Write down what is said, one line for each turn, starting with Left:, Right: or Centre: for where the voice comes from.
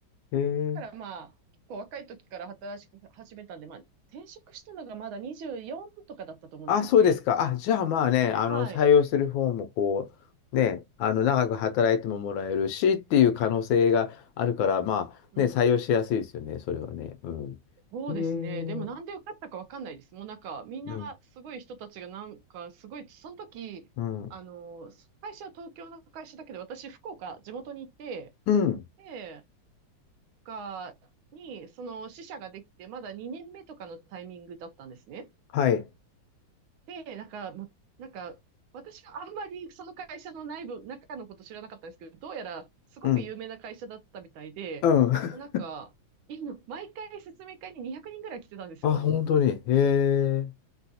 Left: え。
Right: だからまあ、結構若い時から働き始めたんで、まあ、転職したのがまだ24とかだったと思うんですね。
Left: あ、そうですか。あ、じゃあまあね、あの、
Right: はい。
Left: 採用する方もこう、ね、あの、長く働いてももらえるしっていう可能性があるから、まあね、
Right: うん。
Left: 採用しやすいですよね、それはね。うん。
Right: そうですね。
Left: へえ。
Right: でもなんで受かったかわかんないです。もうなんか、みんなすごい人たちがなんか、
Left: うん。
Right: すごい、その時、
Left: うん。
Right: あの、会社は東京の会社だけど、私、福岡、地元にいて、
Left: うん。
Right: で、福岡に、その支社ができて、まだ2年目とかのタイミングだったんですね。
Left: はい。
Right: で、なんか、もう、なんか、私はあんまりその会社の内部、中のこと知らなかったんですけど、どうやらすごく有名な会社だったみたいで、
Left: うん。うん。<laughs>
Right: もうなんか、今毎回説明会に200人ぐらい来てたんですよ。
Left: あ、本当に。へえ。